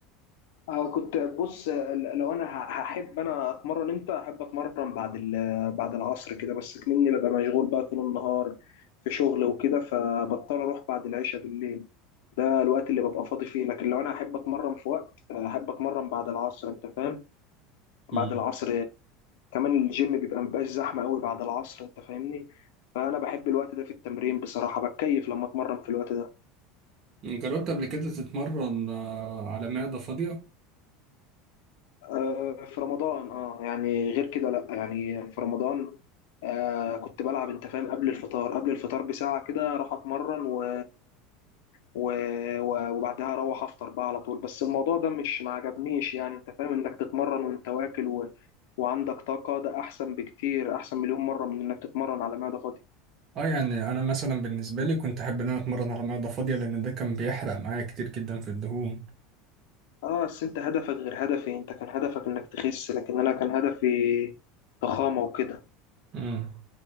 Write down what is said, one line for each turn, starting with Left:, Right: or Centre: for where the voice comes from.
Left: آه كنت بص ل- لو انا ه- هحب انا اتمرن امتى احب اتمرن بعد ال- بعد العصر كده بس مني ببقى مشغول بقى طول النهار في شغل وكده فبضطر اروح بعد العشاء بالليل ده الوقت اللي ببقى فاضي فيه لكن لو انا احب اتمرن في وقت آه، احب اتمرن بعد العصر انت فاهم
Right: مم.
Left: بعد العصر كمان الجيم بيبقى مبقاش زحمه قوي بعد العصر انت فاهمني فانا بحب الوقت ده في التمرين بصراحه بتكيف لما اتمرن في الوقت ده
Right: جربت قبل كده تتمرن آه، على معدة فاضية
Left: آه، في رمضان اه يعني غير كده لا يعني في رمضان آه كنت بلعب انت فاهم قبل الفطار قبل الفطار بساعة كده راح اتمرن و... و... و- وبعدها اروح افطر بقى على طول بس الموضوع ده مش ما عجبنيش يعني انت فاهم انك تتمرن وانت واكل و... وعندك طاقة ده احسن بكتير احسن مليون مرة من انك تتمرن على معدة فاضية
Right: اه يعني انا مثلا بالنسبه لي كنت احب ان انا اتمرن على معده فاضيه لان ده كان بيحرق معايا كتير جدا في الدهون
Left: اه بس انت هدفك غير هدفي انت كان هدفك انك تخس لكن انا كان هدفي ضخامة وكده
Right: امم